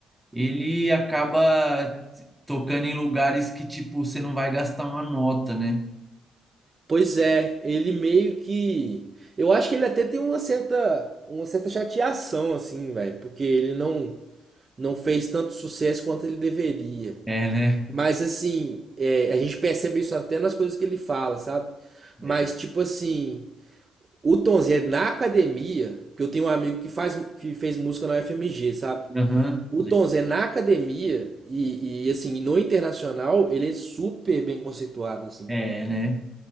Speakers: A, in the centre; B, on the right (about 35°).
A: ele acaba t- tocando em lugares que tipo você não vai gastar uma nota, né?
B: Pois é, ele meio que. Eu acho que ele até tem uma certa, uma certa chateação, assim, velho, porque ele não, não fez tanto sucesso quanto ele deveria.
A: É, né?
B: Mas, assim, é, a gente percebe isso até nas coisas que ele fala, sabe? Mas,
A: É.
B: tipo assim, o Tom Zé na academia, que eu tenho um amigo que faz, que fez música na UFMG, sabe?
A: Aham.
B: O Tom Zé na academia e, e, assim, no internacional, ele é super bem conceituado, assim.
A: É, né?